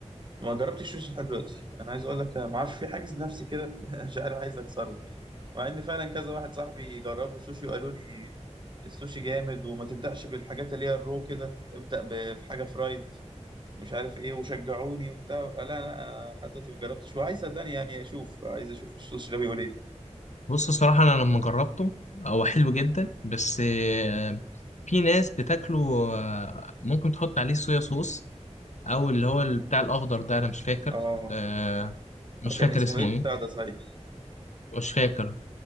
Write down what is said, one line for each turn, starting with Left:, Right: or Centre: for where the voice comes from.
Right: ما جربتش الشوش لحد دلوقتي انا عايز اقول لك أنا ما اعرفش في حاجز نفسي كده <laughs> مش عارف عايز اكسره مع ان فعلا كذا واحد صاحبي جربوا سوشي وقالوا لي السوشي جامد وما تبدأش بالحاجات اللي هي الرو كده ابدأ ب- في حاجة فرايد مش عارف ايه وشجعوني وبتاع لا لا انا حتى دلوقتي ما جربتش وعايز صدقني يعني اشوف عايز اشوف السوشي ده بيقول ايه
Left: بص صراحة انا لما جربته هو حلو جدا بس آه، في ناس بتاكله آه، ممكن تحط عليه صويا صوص او اللي هو ال- بتاع الاخضر ده انا مش فاكر
Right: اه
Left: آه مش
Right: كان
Left: فاكر
Right: اسمه
Left: اسمه
Right: ايه البتاع
Left: ايه
Right: ده صحيح
Left: مش فاكر